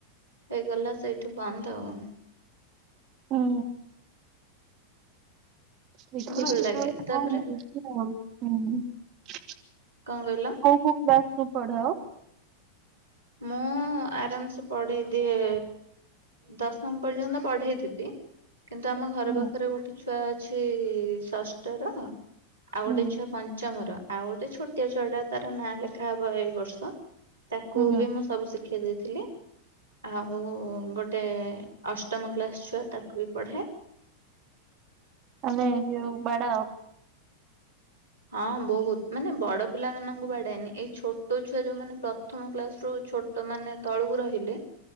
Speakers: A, on the right; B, on the right.
A: ହେଇଗଲା ସେଇଠି ବନ୍ଦ ଆଉ।
B: ହୁଁ। <inaudible>
A: ଭଲ ଲାଗେ ତାପରେ କଣ କହିଲ?
B: କୋଇଠି ପ୍ଲସ୍ ଟୁ ପଢୁଆ?
A: ମୁଁ। ମୁଁ ଆରାମସେ ପଢେଇ ଦିଏ ଦଶମ ପର୍ଯ୍ୟନ୍ତ ପଢେଇ ଦେବି। କିନ୍ତୁ ଆମ ଘର
B: ହୁଁ
A: ପାଖରେ ଗୋଟେ ଛୁଆ ଅଛି ଷଷ୍ଠ ର। ଆଉ
B: ହୁଁ
A: ଗୋଟେ ଛୁଆ ପଞ୍ଚମର ଆଉ ଗୋଟେ ଛୋଟିଆ ଛୁଆ ଟା ତାର ନାଁ ଲେଖା ହବ ଏଇ ବର୍ଷ। କୁ
B: ହୁଁ
A: ବି ମୁଁ ସବୁ ଶିଖେଇ ଦେଇଥିଲି। ଆଉ ଗୋଟେ ଅଷ୍ଟମ କ୍ଲାସ୍ ଛୁଆ ତାକୁ ବି ପଢାଏ।
B: ଆମେ ଯୋଉ ବଡ଼।
A: ହଁ ବହୁତ୍ ମାନେ ବଡ ପିଲାମାନଙ୍କୁ ବାଡାଏନି ଏଇ ଛୋଟ ଛୁଆ ଯୋଉ ମାନେ ପ୍ର ପ୍ରଥମ କ୍ଲାସରୁ ଛୋଟ ମାନ ତଳକୁ ରହିଲେ